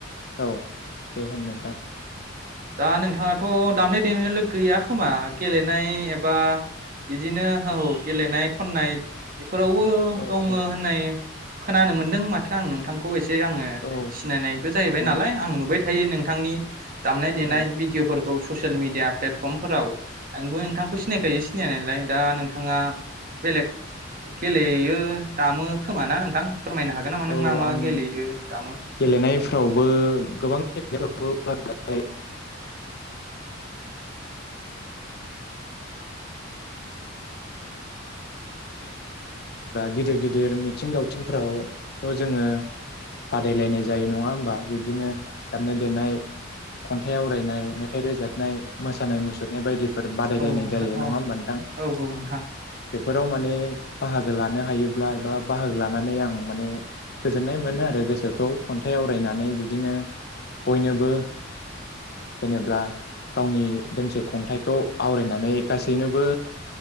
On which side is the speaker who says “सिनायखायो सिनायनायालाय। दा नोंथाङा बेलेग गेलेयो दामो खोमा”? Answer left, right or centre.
Right